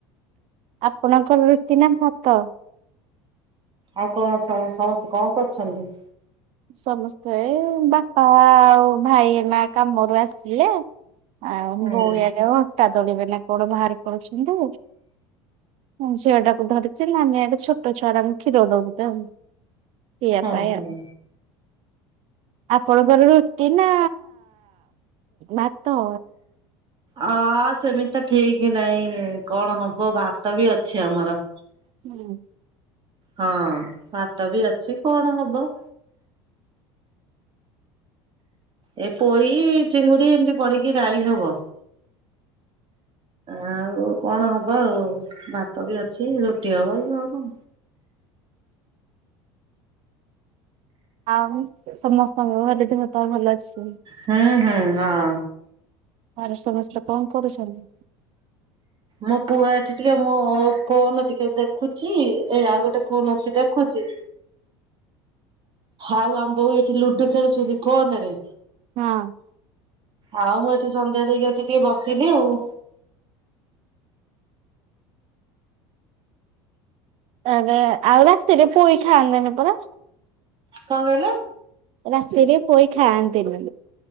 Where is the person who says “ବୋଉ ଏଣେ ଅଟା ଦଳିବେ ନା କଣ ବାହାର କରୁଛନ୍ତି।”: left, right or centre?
Right